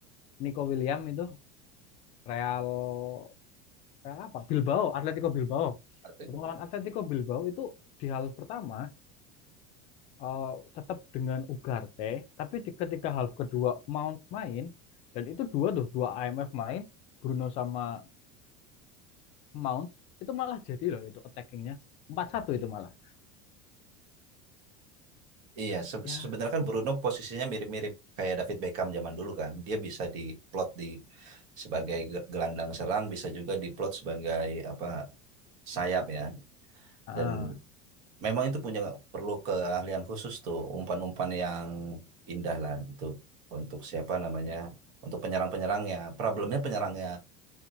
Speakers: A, on the left (about 50°); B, on the right (about 60°).
A: Nico William itu Real Real apa? Bilbao, Atletico Bilbao.
B: Atau
A: Waktu
B: gitu.
A: ngelawan Atletico Bilbao itu di half pertama eh, tetap dengan Ugarte, tapi di, ketika half kedua Mount main dan itu dua tuh dua IMF main Bruno sama Mount itu malah jadi loh itu attackingnya empat satu itu malah
B: Iya, se-
A: ya
B: sebenarnya kan Bruno posisinya mirip-mirip kayak David Beckham zaman dulu kan. Dia bisa diplot di sebagai ge- gelandang serang, bisa juga diplot sebagai apa sayap ya.
A: ah,
B: Dan memang itu punya perlu keahlian khusus tuh, umpan-umpan yang indah lah untuk untuk siapa namanya, untuk penyerang-penyerangnya. Problemnya penyerangnya